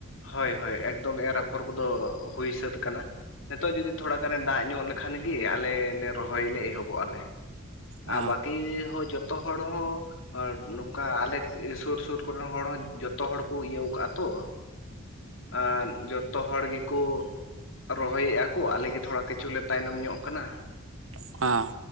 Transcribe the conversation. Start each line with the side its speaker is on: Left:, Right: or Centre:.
Left: ᱦᱳᱭ ᱦᱳᱭ ᱮᱠᱫᱚᱢ ᱮᱨ ᱟᱯᱷᱚᱨ ᱠᱚᱫᱚ ᱦᱩᱭ ᱥᱟᱹᱛ ᱟᱠᱟᱱᱟ, ᱱᱮᱛᱚᱜ ᱡᱩᱫᱤ ᱛᱷᱚᱲᱟ ᱜᱟᱱᱼᱮ ᱫᱟᱜ ᱧᱚᱜ ᱞᱮᱠᱷᱟᱱ ᱜᱮ ᱟᱞᱮ ᱞᱮ ᱨᱚᱦᱚᱭ ᱞᱮ ᱮᱦᱚᱵᱚᱜᱼᱟ ᱞᱮ
Right: ᱚ
Left: ᱟᱨ ᱵᱟᱠᱤ ᱦᱚᱸ ᱡᱚᱛᱚ ᱦᱚᱲ ᱦᱚᱸ ᱟᱨ ᱱᱚᱝᱠᱟ ᱟᱞᱮᱠ ᱥᱩᱨ ᱥᱩᱨ ᱠᱚᱨᱮᱱ ᱦᱚᱲ ᱦᱚᱸ ᱡᱚᱛᱚ ᱦᱚᱲ ᱠᱚ ᱤᱭᱟᱹᱣ ᱠᱟᱜᱼᱟ ᱛᱚ, ᱟᱨ ᱡᱚᱛᱚ ᱦᱚᱲ ᱜᱮᱠᱚ ᱨᱚᱦᱚᱭᱮᱼᱟ ᱠᱚ ᱟᱞᱮ ᱜᱮ ᱛᱷᱚᱲᱟ ᱠᱤᱪᱷᱩ ᱞᱮ ᱛᱟᱭᱱᱚᱢ ᱧᱚᱜ ᱟᱠᱟᱱᱟ,
Right: <unintelligible> ᱦᱚᱸ,